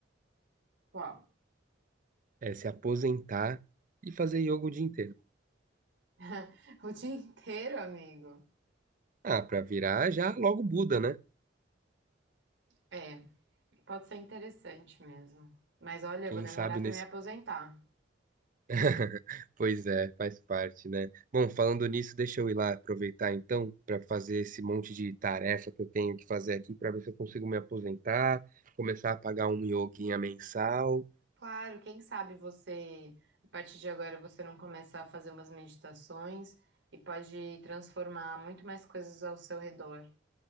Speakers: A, on the right; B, on the right.
A: Qual?
B: É se aposentar e fazer yoga o dia inteiro.
A: <laughs> O dia inteiro, amigo.
B: Ah, pra virar já logo Buda, né?
A: É, pode ser interessante mesmo. Mas olha,
B: Quem
A: eu vou demorar
B: sabe
A: para
B: nesse
A: me aposentar.
B: <laughs> Pois é, faz parte, né? Bom, falando nisso, deixa eu ir lá aproveitar então para fazer esse monte de tarefa que eu tenho que fazer aqui para ver se eu consigo me aposentar, começar a pagar um yoguinha mensal.
A: Claro, quem sabe você, a partir de agora, você não começa a fazer umas meditações e pode transformar muito mais coisas ao seu redor,